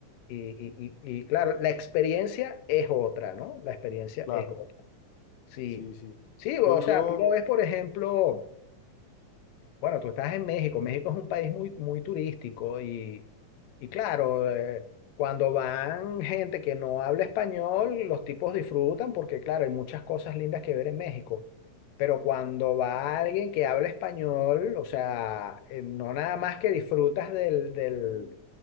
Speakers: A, on the left; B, on the left.
A: Y, y, y, y, claro, la experiencia es otra, ¿no? La experiencia
B: claro,
A: es otra. Sí,
B: sí, sí.
A: sí, o
B: Yo, yo,
A: sea, tú lo ves, por ejemplo, Bueno, tú estás en México. México es un país muy, muy turístico y, y claro, eh, cuando van gente que no habla español, los tipos disfrutan porque, claro, hay muchas cosas lindas que ver en México. Pero cuando va alguien que habla español, o sea, eh, no nada más que disfrutas del, del-